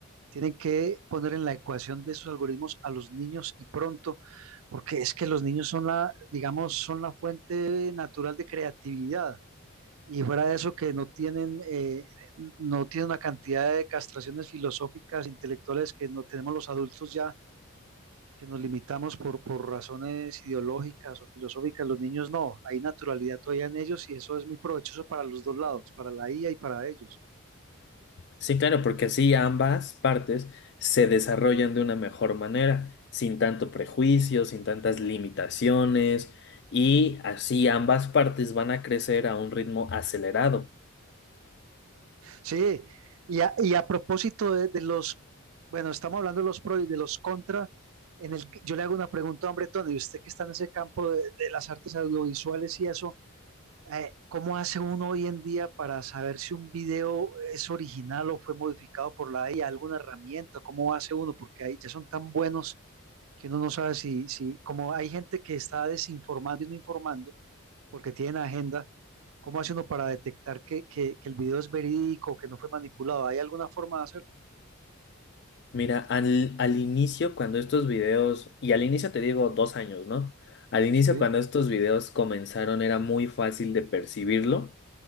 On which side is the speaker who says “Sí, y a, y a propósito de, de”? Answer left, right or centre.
Right